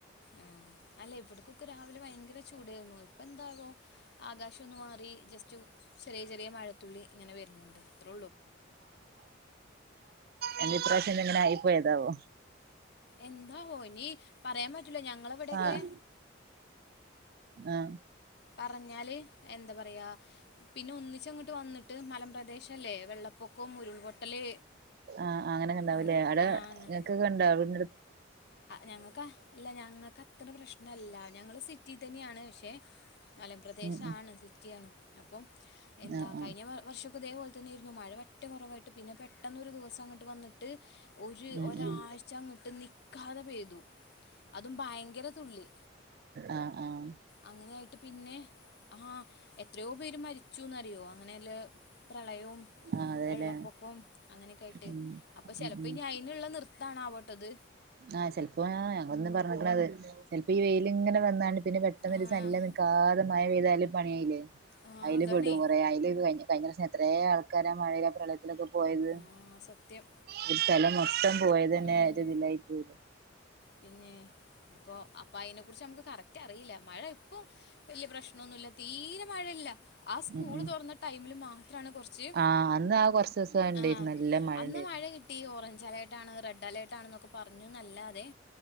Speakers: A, on the left; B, on the right.
A: ആ അല്ല ഇവിടക്കൊക്കെ രാവിലെ ഭയങ്കര ചൂടേർന്നു. ഇപ്പ എന്താകോ ആകാശ ഒന്നന്ന് മാറി ജസ്റ്റ് ചെറിയ ചെറിയ മഴത്തുള്ളി ഇങ്ങനെ വരുന്നുണ്ട് അത്ര
B: എന്റെപ്രാവശ്യം
A: അല്ലാതെ
B: എന്ത ഇങ്ങനെയിപ്പോയതാവോ
A: എന്താവോ ഇനി പറയാൻ പറ്റലോ ഞങ്ങള എവിടെൊക്കെ
B: ആഹ് ആഹ്
A: പറഞ്ഞാല് എന്താ പറയാ പിന്നെ ഒന്നിച്ച അങ്ങോട്ട് വന്നിട്ട് ഇട്ട് മലപ്രദേശം അല്ലേ വെള്ളപ്പൊക്കവും ഉരുൾപൊട്ടല്
B: ആഹ് അങ്ങനൊക്കെ ഉണ്ടാവൂല്ലേ
A: ആഹ്
B: അവിടെ
A: ആഹ്
B: ങ്ങക്കൊക്കെ കണ്ട അവ-
A: ഞങ്ങൾക്ക് ഇല്ല ഞങ്ങൾക്ക് അത്ര പ്രശ്നല്ല ഞങ്ങള് സി സിറ്റി തന്നെയാണ് പക്ഷേ മലപ്രദേശണ്
B: ഉം ഉം
A: സിറ്റിയാണ് അപ്പം എന്താ
B: ആഹ് ആഹ്
A: കഴിഞ്ഞ വർഷംക്കെ ഇതേപോലെ തന്നെ ആയിരുന്നു മഴ വറ്റേ കുറവായിട്ട് പിന്നെ പെട്ടെന്ന ഒരു ദിവസം അങ്ങ വന്നിട്ട് ഒരു
B: ഉം
A: ഒരാഴ്ച
B: ഉം
A: അങ്ങിട്ട് നി പെയ്തു അതും ഭയങ്കര തുള്ളി
B: ആഹ ആഹ
A: അങ്ങനെയായിട്ട് പിന്നെ ആഹാ എത്രയോ പേര് മരിച്ചുന്ന്റിയോ അങ്ങനെയല്ല പ്രളയവും
B: ആഹ് അതെല്ലേ
A: വെള്ളപ്പൊക്കം അങ്ങനെയൊക്കെ ആയിട്ട്
B: ഉം
A: അപ്പൊ ചെിലപ്പോ
B: ഉം ഉം
A: അൈനുള്ള നൃത്തണ ആവോട്ടത്
B: ആഹ് ചെിലപ്പോ ഞങ്ങളൊന്നും പറഞ്ഞിക്കണത് ചെൽപ്പോ ഈ വെയിൽ ഇങ്ങനെ വന്നാണ് പിന്നെ പെട്ടെന്ന്
A: ആ
B: ഒരു സലല്ല നിൽക്കാത മമായ വ്തായാലും പണിയയിേ
A: ആഹ്
B: അയല്
A: അതാണേ
B: പെടും കൊറെേ അയല് കഴിഞ്ഞ കഴിഞ്ഞ പ്രശ്യം എത്ര ആൾക്കാരാ മഴയിലെ പ്രളയത്തിലൊക്കെ പോയത്
A: ആഹ് സത്യം
B: ഒരു സ്ഥല മൊത്തം പോയത്ന്നെ
A: ഉം
B: പോയില്ല
A: പിന്നെ അപ്പൊ അപ്പൊ അതിനെ കുുറിച്ച് നമുക്ക് കറക്റ്റ് അറിയില്ല മഴ ഇപ്പം വലിയ പ്രശ്നൊന്നുമല്ല തീരെ മഴയില്ല ആ സ്കൂള്
B: ഉം ഉം
A: തുറന്ന ടൈമില് മാത്രമാണ് കുറച്ച്
B: ആഹ് അന്ന് ആ കൊറച്ച് ദിവസം ഇണ്ടായിരുന്നു
A: ആ
B: നല്ല ഇണ്ടായിരുന്നു
A: മഴ കിട്ടി ഓറഞ്ച് അലർട്ടാണ് റെഡ് അലർട്ട ആണെന്നൊക്ക പറഞ്ഞുന്നല്ലാതെ